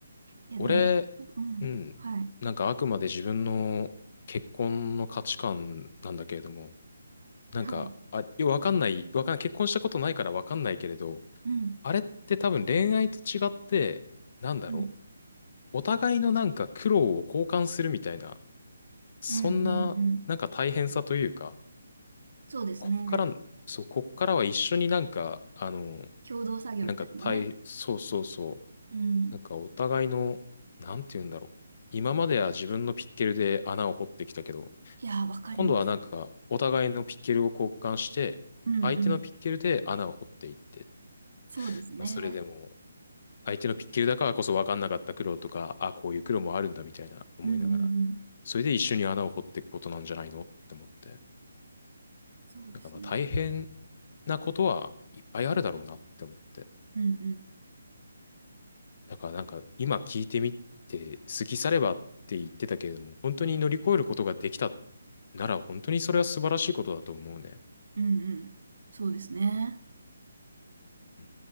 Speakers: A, on the right; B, on the left.
A: いやでも、
B: 俺、
A: うん。
B: うん、
A: はい。
B: なんかあくまで自分の結婚の価値観なんだけれども、なんか、
A: はい。
B: あ、よわかんない、わかんない、結婚したことないからわかんないけれど、
A: うん。
B: あれって多分恋愛と違って、なんだろ
A: うん。
B: う。お互いのなんか苦労を交換するみたいな、そんななんか大変さというか、
A: うんうんうん。そうですね。
B: こっから、そう、こっからは一緒になんか、あの、
A: 共同作業みたいなね。
B: なんか大、そうそうそう、
A: うん。
B: なんかお互いの、なんて言うんだろう。今までは自分のピッケルで穴を掘ってきたけど、
A: いやー、わかります。
B: 今度はなんかお互いのピッケルを交換して、
A: うんうん。
B: 相手のピッケルで穴を掘っていって、
A: そうですね。
B: まあそれでも相手のピッケルだからこそ分かんなかった苦労とか、あ、こういう苦労もあるんだみたいな思いながら、
A: うんうんうん。
B: それで一緒に穴を掘っていくことなんじゃないのって思って。
A: そうですね。
B: なんかまあ大変なことはいっぱいあるだろうなって思って。
A: うんうん。
B: だからなんか今聞いてみて、過ぎ去ればって言ってたけれども、本当に乗り越えることができたなら本当にそれは素晴らしいことだと思うね。
A: うんうん。そうですね。
B: うん